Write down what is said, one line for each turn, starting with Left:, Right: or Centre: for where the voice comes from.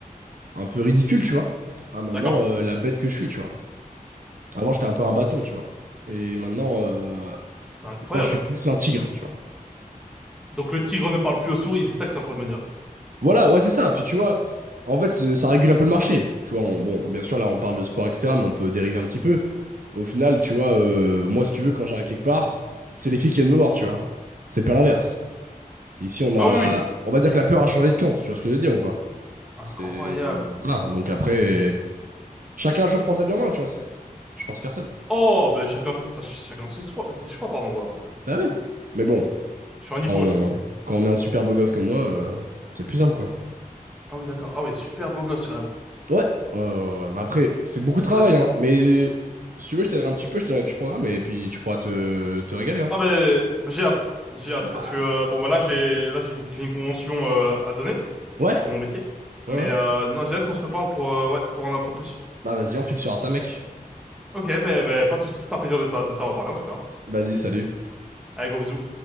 Right: un peu ridicule, tu vois. À maintenant,
Centre: D'accord
Right: euh, la bête que je suis, tu vois. Avant, j'étais un peu un bâton, tu vois. Et maintenant, euh,
Centre: C'est incroyable.
Right: maintenant, je suis plus un tigre, tu vois.
Centre: Donc le tigre ne parle plus aux souris, c'est ça que tu es en train de me dire.
Right: Voilà, ouais, c'est ça. Puis tu vois, en fait, c'est- ça régule un peu le marché. Tu vois, on- bon, bien sûr, là, on parle de sport, etc., mais on peut dériver un petit peu. Au final, tu vois, euh, moi, si tu veux, quand j'arrive quelque part, c'est les filles qui viennent me voir, tu vois. C'est pas l'inverse. Ici, on a.
Centre: Ah oui, oui.
Right: On va dire que la peur a changé de camp, si tu vois ce que je veux dire ou pas?
Centre: Incroyable.
Right: C'est. Voilà. Donc après, chacun, je prends sa vie en main, tu vois. C'est... Je force personne.
Centre: Oh, ben chacun, sa- chacun ses choix, ses choix, pardon. voilà. Je,
Right: Bah oui. Mais bon,
Centre: je suis un
Right: quand
Centre: hippo,
Right: on,
Centre: je crois.
Right: quand on est un super beau gosse comme moi, euh, c'est plus simple, quoi.
Centre: Ah oui, d'accord. Ah oui, super beau gosse, vraiment.
Right: Ouais. Ouais, ouais, ouais. Mais après, c'est beaucoup
Centre: La
Right: de travail,
Centre: classe.
Right: hein. Mais si tu veux, je t'aiderai un petit peu, je te donnerai plus programme et puis tu pourras te, te régaler, hein.
Centre: Ah ben, ben, j'ai hâte. J'ai hâte
Right: Bah.
Centre: parce que euh, bon bah là j'ai là j'ai une, j'ai une convention euh, à donner
Right: Ouais,
Centre: pour mon métier. Mais
Right: ouais, ouais.
Centre: euh, non, j'ai hâte qu'on se reparle pour euh, ouais, pour en apprendre plus.
Right: Bah vas-y, on fixera ça, mec.
Centre: Ok, ben ben pas de soucis, c'était un plaisir de, t'a- de t'avoir parlé en tout cas.
Right: Vas-y, salut.
Centre: Allez, gros bisous.